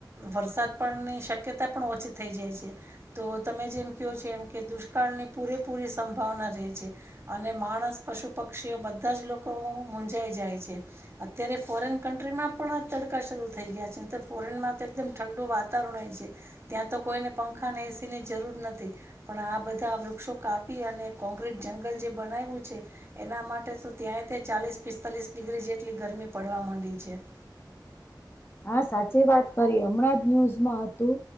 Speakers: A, on the right; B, on the left.
A: વરસાદ પણ ની શક્યતા પણ ઓછી થઈ જાય છે. તો તમે જેમ કયો છો એમ કે દુષ્કાળની પૂરેપૂરી સંભાવના રહે છે, અને માણસ પશુ-પક્ષીઓ બધા જ લોકો મુંજાઈ જાય છે. અત્યારે ફોરેન કન્ટ્રીમાં પણ <unintelligible> થઈ ગયા છે, ફોરેનમાં તો એકમ ઠંડુ વાતાવરણ હોય છે, ત્યાં તો કોઈને પંખા ને એ સી ની જરૂર નથી પણ આ બધા વૃક્ષો કાપી અને કોંક્રીટ જંગલ જે બનાવ્યું છે. એના માટે તો ત્યાં તે ચાલીસ-પિસ્તાલીસ ડિગ્રી જેટલી ગરમી પડવા મંડી છે. <inaudible>
B: હા, સાચી વાત કરી. હમણાં જ ન્યુઝમાં હતું